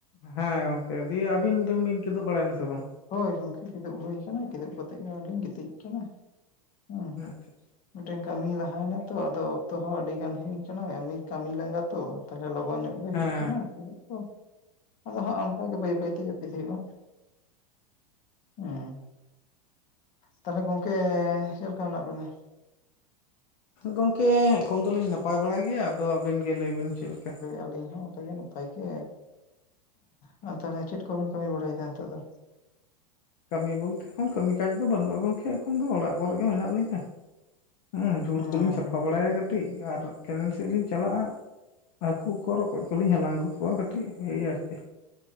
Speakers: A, on the left (about 55°); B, on the left (about 40°).
A: ᱦᱮᱸ ᱜᱚᱝᱠᱮ ᱫᱤᱭᱮ ᱟᱹᱵᱤᱱ ᱫᱚ ᱵᱤᱱ ᱪᱮᱫᱚᱜ ᱵᱟᱲᱟᱭᱱᱟᱥᱮ ᱵᱟᱝ᱾
B: ᱦᱳᱭ ᱜᱚᱢᱠᱮ ᱠᱤᱫᱩᱵ ᱦᱩᱭ ᱠᱟᱱᱟ ᱠᱤᱫᱩᱵ ᱠᱟᱛᱮ ᱜᱮ ᱚᱸᱭ ᱞᱤᱧ ᱜᱤᱛᱤᱡ ᱠᱟᱱᱟ ᱦᱮᱸ᱾
A: ᱟᱪᱪᱷᱟ
B: ᱢᱤᱫᱴᱮᱱ ᱠᱟᱹᱢᱤ ᱞᱟᱦᱟᱭᱱᱟ ᱛᱚ ᱟᱫᱚ ᱚᱠᱛᱚ ᱦᱚᱸ ᱟᱹᱰᱤ ᱜᱟᱱ ᱦᱩᱭ ᱟᱠᱟᱱᱟ ᱮᱢᱱᱤ ᱠᱟᱹᱢᱤ ᱞᱟᱸᱜᱟ ᱛᱚ ᱛᱟᱦᱚᱞᱮ ᱞᱚᱜᱚᱱ ᱧᱚᱜ᱾ ᱦᱩᱭᱩᱜ
A: ᱦᱮᱸ
B: ᱠᱟᱱᱟ ᱠᱤᱫᱩᱜ ᱠᱚ ᱟᱫᱚ ᱦᱟᱸᱜ ᱚᱱᱠᱟ ᱜᱮ ᱵᱟᱹᱭ ᱵᱟᱹᱭᱛᱮ ᱡᱟᱹᱯᱤᱫ ᱦᱩᱭᱩᱜᱼᱟ᱾ ᱦᱮᱸ ᱛᱟᱦᱞᱮ ᱜᱚᱝᱠᱮ ᱪᱮᱫᱞᱮᱠᱟ ᱢᱮᱱᱟᱜ ᱵᱮᱤᱱᱟ᱾
A: ᱜᱚᱝᱠᱮ ᱮᱠᱷᱚᱱ ᱫᱚᱞᱤᱧ ᱱᱟᱯᱟᱭ ᱵᱟᱲᱟ ᱜᱮᱭᱟ ᱟᱫᱚ ᱟᱹᱵᱤᱱ ᱜᱮ ᱞᱟᱹᱭ ᱵᱤᱱ ᱪᱮᱫ ᱞᱮᱠᱟ᱾
B: ᱟᱞᱤᱧ ᱦᱚᱸ ᱚᱱᱠᱟ ᱜᱮ᱾ ᱱᱟᱯᱟᱭ ᱜᱮ ᱦᱮᱸ ᱛᱟᱦᱚᱞᱮ ᱪᱮᱫ ᱠᱚᱵᱮᱱ ᱠᱟᱹᱢᱤ ᱵᱟᱲᱟᱭᱮᱫᱟ ᱱᱤᱛᱚᱜ ᱫᱚ᱾
A: ᱠᱟᱹᱢᱤ ᱵᱚᱞᱛᱮ ᱮᱠᱷᱚᱱ ᱠᱟᱹᱢᱤ ᱠᱟᱡᱽ ᱫᱚ ᱵᱟᱹᱱᱩᱜᱼᱟ ᱜᱚᱝᱠᱮ ᱮᱠᱷᱚᱱ ᱫᱚ ᱚᱲᱟᱜ ᱠᱚᱨᱮ ᱜᱮ ᱢᱮᱱᱟᱜ ᱞᱤᱧᱟᱹ᱾ ᱦᱮᱸ ᱫᱷᱩᱲ
B: ᱦᱮᱸ
A: ᱠᱚᱞᱤᱧ ᱥᱟᱯᱷᱟ ᱵᱟᱲᱟᱭᱟ ᱠᱟᱹᱴᱤᱡ ᱟᱨ ᱠᱮᱱᱮᱞ ᱥᱮᱫ ᱞᱤᱧ ᱪᱟᱞᱟᱜᱼᱟ᱾ ᱦᱟᱹᱠᱩ ᱠᱚ ᱨᱚᱠᱚᱡ ᱠᱚᱞᱤᱧ ᱦᱟᱞᱟᱝ ᱟᱹᱜᱩ ᱠᱚᱣᱟ ᱠᱟᱹᱴᱤᱡ ᱚᱭ ᱟᱨᱠᱤ᱾